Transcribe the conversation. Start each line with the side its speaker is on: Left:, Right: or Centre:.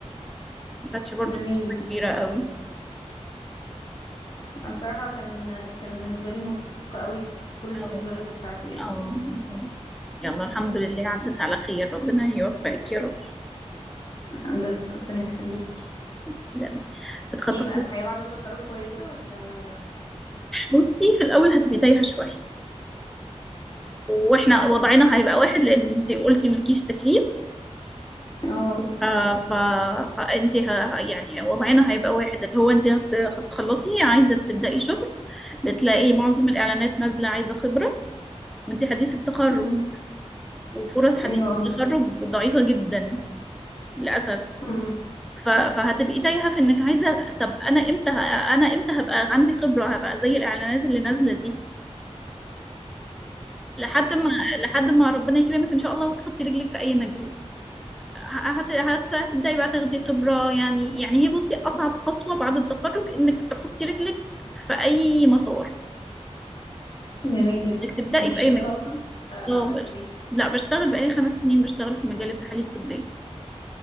Centre: ما كانتش برضو
Left: جميل
Centre: مسافة
Left: جدا
Centre: كبيرة قوي
Left: أنا بصراحة كان كان بالنسبة لي مرهقة قوي كل سنين
Centre: أو
Left: الدراسة بتاعتي يعني
Centre: أو
Left: مم.
Centre: يلا الحمد لله عدت على خير ربنا يوفقك يا رب
Left: الحمد لله ربنا يخليك
Centre: تسلمي بتخططي
Left: ايه بقى الحياة بعد التخرج كويسة ولا
Centre: بصي في الأول هتبقي تايهة شوية واحنا وضعنا هيبقى واحد لان انت قلتي ملكيش تكليف
Left: اه
Centre: آه، ف... فانت ه... يعني وضعنا هيبقى واحد اللي هو انت هت... هتخلصي عايزه تبداي شغل بتلاقي معظم الاعلانات نازله عايزه خبره وانت حديث التخرج
Left: امم
Centre: وفرص حديث
Left: ايوه
Centre: التخرج ضعيفه جدا للاسف
Left: امم
Centre: ف... فهتبقي تايهه في انك عايزه طب انا امتى ه... انا امتى هبقى عندي خبره هبقى زي الاعلانات اللي نازله دي لحد ما لحد ما ربنا يكرمك ان شاء الله وتحطي رجلك في اي مجال هت... هت... هتبدأي بقى تاخدي خبرة يعني يعني هي بصي أصعب خطوة بعد التخرج إنك تحطي رجلك في أي مسار
Left: جميل جدا
Centre: إنك تبدأي
Left: انتي
Centre: في
Left: شغالة
Centre: أي مجال
Left: اصلا آه، قاعدة
Centre: اه بس
Left: في البيت
Centre: لا بشتغل بقالي خمس سنين بشتغل في مجال التحاليل الطبية